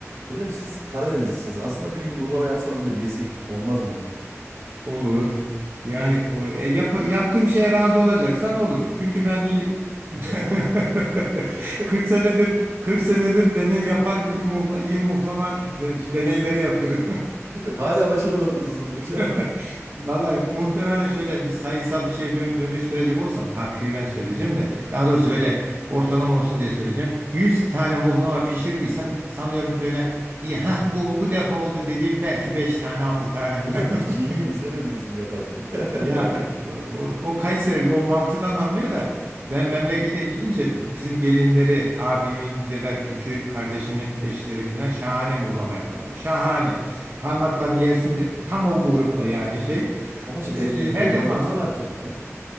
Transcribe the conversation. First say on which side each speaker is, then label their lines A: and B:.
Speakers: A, on the right; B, on the right.
A: Hocam siz Karadenizlisiniz. Aslında bir gün mıhlama yapsanız da bir yesek olmaz mı?
B: Olur. Yani o, e, yap- yaptığım şeye razı olacaksan olur. Çünkü ben y- <laughs>
A: <laughs>
B: 40 senedir 40 senedir deney yapar gibi muhla, iyi muhlama de- deneyleri yapıyorum.
A: Hala başaramadınız o zaman hocam.
B: <laughs> Vallahi muhtemelen şöyle bir sayısal bir şeye dö- dönüştürecek olsam takriben söyleyeceğim de daha doğrusu böyle ortalama olsun diye söyleyeceğim. 100 tane muhlama pişirdiysem sanıyorum şöyle iyi ha bu bu defa oldu dediğim belki 5 tane 6 tane
A: <laughs> Hocam
B: falan.
A: hiç yengemi
B: <laughs>
A: izlemediniz mi yaparken? <laughs>
B: Ya o, o Kayserili o mantıdan anlıyor da ben memlekete gidince bizim gelinleri abimin ya da küçük kardeşimin eşleri falan şahane muhlama yaparlar. Şahane. Parmaklarını yersin de tam o grupta yani şey.
A: E Ama şimdi
B: e,
A: erkek erkeğe
B: her
A: kaldığımızda
B: defasında.
A: ne yapacağız hocam?